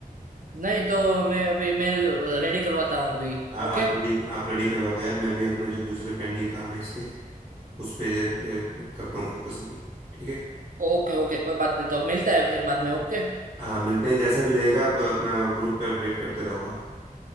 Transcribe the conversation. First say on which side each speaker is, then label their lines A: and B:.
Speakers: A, on the right (about 60°); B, on the right (about 25°).
A: नहीं तो मैं अभी मेल रेडी करवाता हूँ अभी
B: आ, आप
A: ओके
B: रेडी आप रेडी करवा दो यार मैं भी अपना जो दूसरे पेंडिंग काम है इसके उस पे अ, करता हूँ फोकस अभी ठीक है
A: ओके ओके कोई बात नहीं तो मिलता है फिर बाद में ओके
B: हाँ मिलते हैं जैसा भी रहेगा आप अपना ग्रुप पे अपडेट करते रहो आप